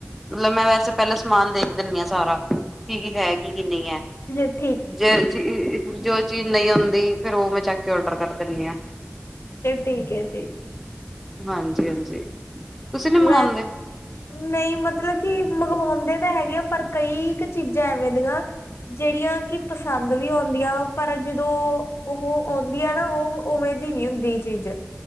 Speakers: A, in the centre; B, on the left.
A: ਮਤਲਬ ਮੈਂ ਵੈਸੇ ਪਹਿਲਾਂ ਸਮਾਨ ਦੇਖ ਦਿੰਦੀ ਹਾਂ ਸਾਰਾ ਕੀ ਕੀ ਹੈ ਕੀ ਕੀ ਨਹੀਂ ਹੈ।
B: ਜੇ।
A: ਜੇ ਚੀਜ਼ ਜੋ ਚੀਜ਼ ਨਹੀਂ ਆਉਂਦੀ ਫੇਰ ਉਹ ਮੈਂ ਚੱਕ ਕੇ ਔਡਰ ਕਰ ਦਿੰਦੀ ਹਾਂ।
B: ਠੀਕ ਹੈ ਜੀ।
A: ਹਾਂਜੀ ਹਾਂਜੀ ਤੁਸੀਂ ਨੀ ਮੰਗਵਾਉਂਦੇ?
B: ਵੈਸ ਨਹੀਂ ਮਤਲਬ ਕਿ ਮੰਗਵਾਉਂਦੇ ਤਾਂ ਹੈਗੇ ਆ ਪਰ ਕਈ ਕੁ ਚੀਜ਼ਾਂ ਐਵੇਂ ਦੀਆਂ। ਜਿਹੜੀਆਂ ਕਿ ਪਸੰਦ ਵੀ ਹੁੰਦੀਆ ਪਰ ਜਦੋਂ ਉਹ ਆਉਂਦੀਆਂ ਨਾ ਉਹ। ਉਵੇਂ ਦੀ ਨਹੀਂ ਹੁੰਦੀ ਇਹ ਚੀਜ਼